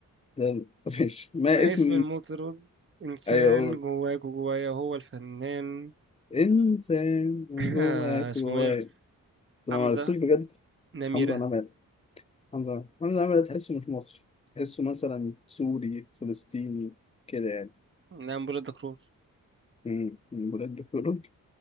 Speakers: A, on the left; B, on the right.
A: ده ماشي ما
B: ما
A: اسم
B: اسم المطرب إنسان
A: أيوة قول
B: جواك وجوايا هو الفنان
A: إنسان
B: <laughs>
A: جوه
B: <clears throat> اسمه
A: جواه
B: إيه؟
A: أنا
B: حمزة
A: ما عرفتوش بجد
B: نميرة
A: حمزة نمرة حمزة نمرة حمزة نمرة تحسه مش مصري تحسه مثلا سوري فلسطيني كده يعني
B: نعم بولاد دكرور
A: مم، من بلاد بتقول